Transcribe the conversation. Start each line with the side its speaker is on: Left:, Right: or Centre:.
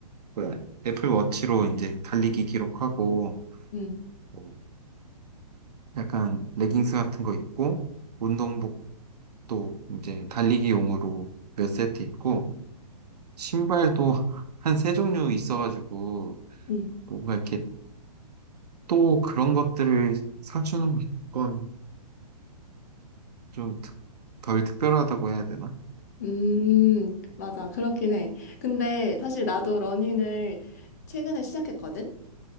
Right: 뭐야, 애플 워치로 이제 달리기 기록하고
Left: 응,
Right: 뭐 약간 레깅스 같은 거 입고 운동복도 이제 달리기용으로 몇 세트 입고 신발도 <laughs> 한 세 종류 있어가지고
Left: 응.
Right: 뭔가 이렇게 또 그런 것들을 사주는 건 좀 덜 특별하다고 해야 되나?
Left: 음, 맞아. 그렇긴 해. 근데 사실 나도 러닝을 최근에 시작했거든?